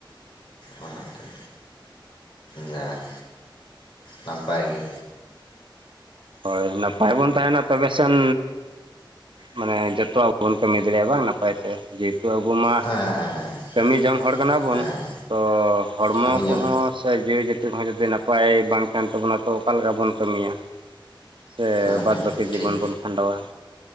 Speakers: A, on the left; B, on the right.
A: ᱟᱪᱪᱷᱟ ᱡᱟᱠ ᱱᱟᱯᱟᱭ ᱜᱮ
B: ᱦᱳᱭ ᱱᱟᱯᱟᱭ ᱵᱚᱱ ᱛᱟᱦᱮᱱᱟ ᱛᱚᱵᱮ ᱥᱮᱱ ᱢᱟᱱᱮ ᱡᱚᱛᱚ ᱟᱵᱚ ᱵᱚᱱ ᱠᱟᱹᱢᱤ ᱫᱟᱲᱮᱭᱟᱜ-ᱟ ᱵᱟᱝ ᱱᱟᱯᱟᱭ ᱛᱮ ᱡᱮᱦᱮᱛᱩ ᱟᱵᱚ ᱢᱟ
A: ᱦᱮᱸ ᱦᱮᱸ
B: ᱠᱟᱹᱢᱤ ᱡᱚᱝ ᱦᱚᱲ ᱠᱟᱱᱟ ᱵᱚᱱ
A: ᱦᱮᱸ
B: ᱛᱚ ᱦᱚᱲᱢᱚ
A: ᱠᱟᱹᱢᱤ ᱡᱚᱝ
B: ᱠᱚᱦᱚᱸ ᱥᱮ ᱡᱤᱣᱤ ᱡᱟᱹᱛᱤ ᱠᱚᱦᱚᱸ ᱡᱩᱫᱤ ᱱᱟᱯᱟᱭ ᱵᱟᱝ ᱛᱟᱦᱮᱱ ᱛᱟᱵᱚᱱᱟ ᱛᱚ ᱚᱠᱟ ᱞᱮ‌ᱠᱟ ᱵᱚᱱ ᱠᱟᱹᱢᱤᱭᱟ ᱥᱮ
A: ᱦᱮᱸ ᱦᱮᱸ
B: ᱵᱟᱫᱽ ᱵᱟᱹᱠᱤ ᱡᱤᱵᱚᱱ
A: ᱴᱷᱤᱠ
B: ᱵᱚᱱ ᱠᱷᱟᱸᱰᱟᱣᱟ